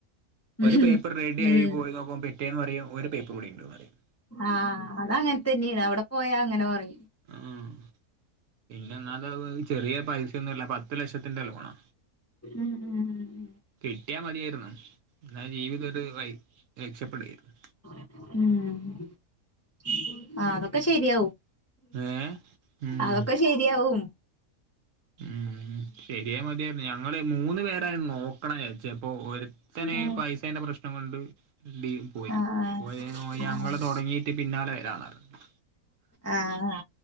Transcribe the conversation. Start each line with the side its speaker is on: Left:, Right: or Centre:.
Right: ഒരു
Left: ഉം
Right: പേപ്പർ റെഡി
Left: ഉം
Right: ആയി പോയി നോക്കുമ്പം പിറ്റേന്ന് പറയും ഒരു പേപ്പറൂടി ഇണ്ട്ന്നറിയും.
Left: ആഹ് അതങ്ങനെ തന്നെയാണ് അവിടെ പോയാ അങ്ങനെ പറയും.
Right: ഉം. പിന്നെ എന്നാലും അത് ചെറിയ പൈസയൊന്നല്ല പത്തു ലക്ഷത്തിന്റെ ലോണാ.
Left: ഉം
Right: കിട്ടിയാ മതിയായിരുന്നു ന്നാ ജീവിതം ഒരു വഴി രക്ഷപ്പെടേർന്ന്.
Left: ഉം. ആ അതൊക്കെ ശെരിയാവും,
Right: ഏ ഉം
Left: അതൊക്കെ ശെരിയാവും.
Right: ഉം ശരിയായ മതിയായിരുന്നു ഞങ്ങള് മൂന്ന് പേരായിരുന്നു. നോക്കണെ ചാച്ചപ്പം ഒര്ത്തന്
Left: ആഹ്
Right: പൈസേന്റെ പ്രശ്നം കൊണ്ട് ഡി പോയി
Left: ആഹ്
Right: പോയ ഓ
Left: ആഹ്
Right: ഞങ്ങള് തുടങ്ങീട്ട് പിന്നാലെ വരാന്നറിഞ്ഞ്.
Left: ആ.